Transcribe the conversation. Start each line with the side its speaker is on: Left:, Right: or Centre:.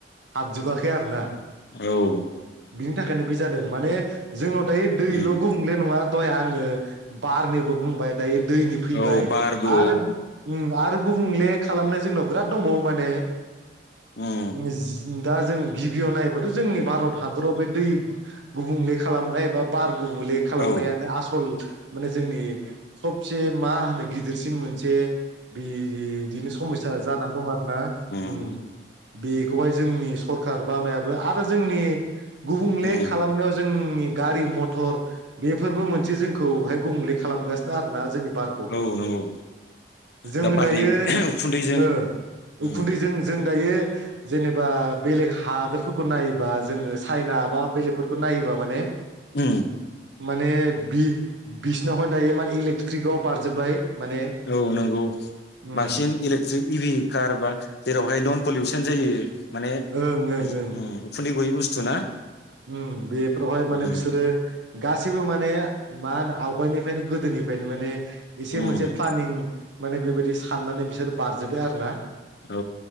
Right: हाबजोबाखै आरो ना।
Left: औ।
Right: बिनि थाखायनो बे जादों माने। जोंनाव दायो दैल'
Left: उम
Right: गुबुंले नङा। दह आङो बारनिबो बुंबाय दायो। दैनि फैबाय
Left: औ बारबो
Right: आरो उ आरो। गुबुंले खालामनो जोंनाव बिराद दंबावो माने।
Left: उम
Right: <unintelligible> दा जों गिबियाव नायोबाथ' जोंनि भारत। हादराव बे दै गुबुंले खालामनाय एबा बार। गुबुंले खालामनायानो
Left: औ
Right: आसल। माने जोंनि सबसे मा होनो गिदिरसिन मोनसे बे। बिदिनो समयसा जानानै दं आरो ना च
Left: उम
Right: बेखौहाय जोंनि स‌र। सोरखार बामायाबो आरो जोंनि। गुबुंले
Left: उम
Right: खालामनायाव जों। नि मथर बेफोरबो मोनसे जोंखौहाय गुबुंले खालामगासिनो आरो ना जोंनि बारखौ
Left: औ नंगौ
Right: जोङो
Left: दा बारनि
Right: दायो
Left: उखुन्दैजों
Right: ओ उखुन्दैजों
Left: उम
Right: जों दायो जेनेबा बेलेग हा दोरफोरखौ नायोबा जोङो सायना बा बेलेगफोर फोर नायोबा माने
Left: हम
Right: माने बि बिसनावहाय दायो माने इलेकट्रिकआव बारजोब्बाय माने
Left: औ नंगौ
Right: उम
Left: बांसिन इलेक्ट्रिक इभि कार बा जेरावहाय नन पलिउसन जायो। माने
Right: ओं ओं
Left: उ
Right: ओं
Left: उखुन्दै बयबो बस्थु ना
Right: उम बेफोरावहाय माने
Left: उम
Right: बिसोरो गासैबो माने मा होनो आवगायनिफायनो गोदोनिफ्रायनो माने एसे
Left: उम
Right: मोनसे प्लानिं माने बेबायदि साननानै बिसोर बारजोबबाय आरो ना
Left: औ